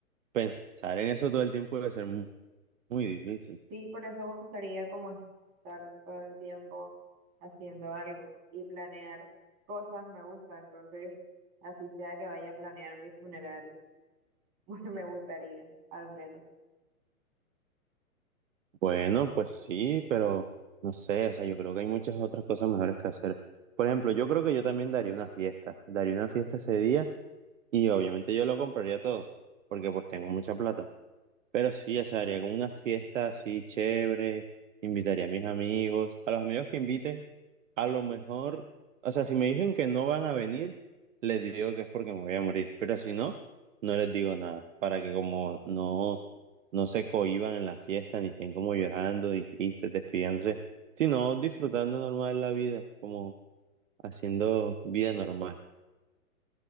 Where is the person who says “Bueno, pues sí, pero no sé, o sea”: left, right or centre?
Right